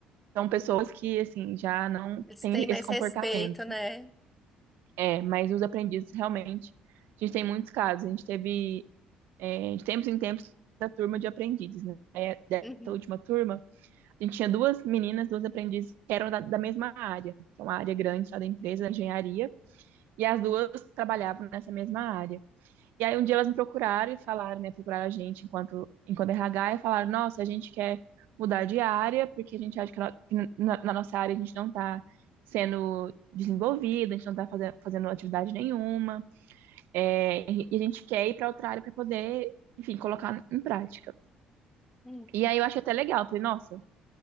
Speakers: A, on the right; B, in the centre.
A: são pessoas que, assim, já não
B: Eles
A: têm
B: têm mais
A: esse comportamento.
B: respeito, né?
A: É, mas os aprendizes realmente, a gente tem muitos casos. A gente teve, é, de tempos em tempos, a turma de aprendizes, né? É, Dessa
B: Uhum,
A: última turma, A gente tinha duas meninas, duas aprendizes que eram da, da mesma área, que é uma área grande lá da empresa, da engenharia, e as duas trabalhavam nessa mesma área. E aí um dia elas me procuraram e falaram, né, procuraram a gente enquanto, enquanto RH e falaram, nossa, a gente quer mudar de área, porque a gente acha que na, na nossa área a gente não está sendo desenvolvida, a gente não está fazendo, fazendo atividade nenhuma, é, e a gente quer ir para outra área para poder, enfim, colocar em prática.
B: uhum,
A: E aí eu achei até legal, falei, nossa,